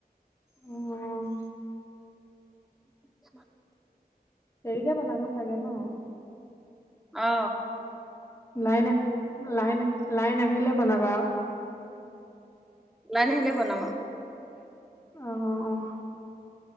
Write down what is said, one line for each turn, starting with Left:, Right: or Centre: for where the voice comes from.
Left: উম
Centre: <unintelligible>
Left: দেৰিকে বনাব চাগে ন?
Centre: অ
Left: লাইন আ লাইন লাইন আ আহিলে বনাবা আও।
Centre: লাইন আহিলে বনোৱা।
Left: অ',